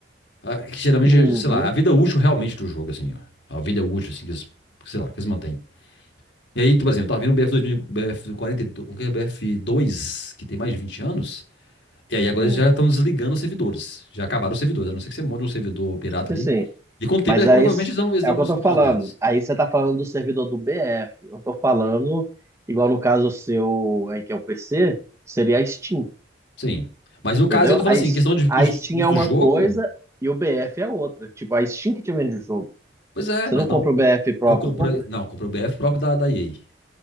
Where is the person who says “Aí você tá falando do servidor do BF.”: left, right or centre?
Right